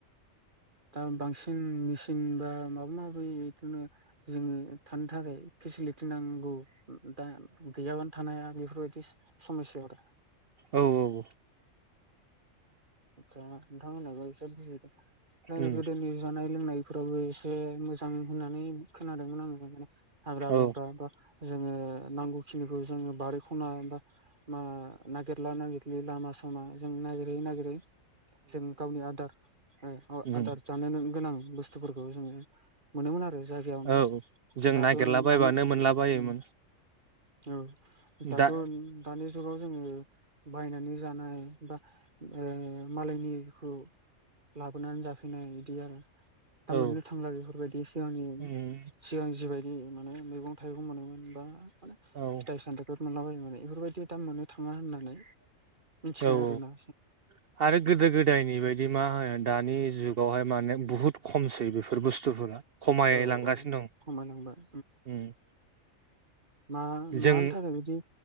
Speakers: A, on the right; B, on the right.
A: दा बां सिन मेसिन बा माबा माबि बिदिनो जोङो थानो थाखाय फेसिलिटि नांगौ। दा गैयाबानो थानाया बेफोरबायदि समयसायाव
B: औ औ
A: आसा नोंथांमोनाबो एसे बुजिदों
B: उम
A: गोदोनि जानाय लोंनाय फोरावबो एसे मोजां होननानै खोनादोंमोन आं हाग्रा
B: औ
A: बंग्रा बा जोङो नांगौखिनिखौ जोङो बारि खना बा मा नागिरला नागिरलि लामा सामा जों नागिरै नागिरै जों गावनि आदार
B: उम
A: आदार जानो गोनां बुस्थुफोरखौ जोङो मोनोमोन आरो जायगायावनो
B: औ जों
A: दाथ
B: नागिरलाबायबानो
A: दानि
B: मोनलाबायोमोन
A: ओम औ दाथ'
B: दा
A: दानि जुगाव जोङो बायनानै जानोबा ए मालायनिखौ लाबोनानै जाफैनाय बिदि आरो दा मोननो
B: औ
A: थांला बेफोरबायदि सिगांनि
B: उम
A: सिगांनि जिबायदि मोनो मैगं थाइगं मोनोमोन बा माने
B: औ
A: फिथाइ सामथाइफोर मोनला बायो माने बेफोरबायदि दा मोननो थाङा होननानै मिथिनाय
B: औ औ
A: आरो ना
B: आरो गोदो गोदायनि बायदि मा होनो दानि जुगावहाय माने बुहुत खमसै बेफोर बुस्थुफोरा खमायलांगासिनो
A: औ औ खमायलांबाय
B: दं उम
A: मा
B: जों
A: मानो थाखाय बिदि